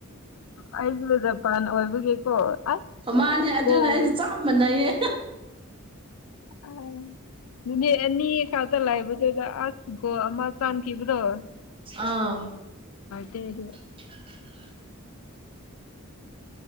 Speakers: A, on the left; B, on the right.
A: ꯑꯩꯁꯨ ꯖꯄꯥꯟ ꯑꯣꯏꯕꯒꯤꯀꯣ ꯑꯁ
B: ꯃꯥꯅꯦ ꯑꯗꯨꯅꯦ
A: ꯒꯣꯜ
B: ꯑꯩꯁꯨꯦ ꯆꯥꯞꯃꯅꯩꯌꯦ
A: <unintelligible> ꯅꯨꯃꯤꯠ ꯑꯅꯤ ꯈꯛꯇ ꯂꯥꯏꯕꯗꯨꯗ ꯑꯁ ꯒꯣꯜ ꯑꯃ ꯆꯥꯟꯈꯤꯕꯗꯣ
B: ꯑꯥ
A: <unintelligible>
B: <unintelligible>